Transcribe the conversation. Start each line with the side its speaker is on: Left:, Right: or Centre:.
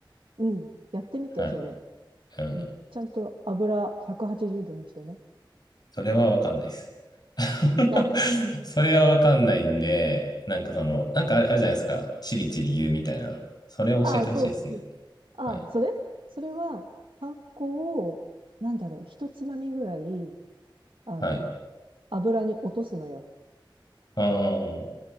Right: うん。やってみて、
Left: はい。
Right: それ。
Left: うん。
Right: うん。ちゃんと油180度にしてね。
Left: それはわかんないです。
Right: あ、
Left: <laughs> それはわかんないんで、なんかその、なんかあれ、あるじゃないですか。チリチリ言うみたいな。それを教えてほしいですね。
Right: ああそうそう。ああ、
Left: はい。
Right: それそれは、パン粉を、なんだろう、一つまみぐらい、あの、
Left: はい。
Right: 油に落とすのよ。
Left: あー、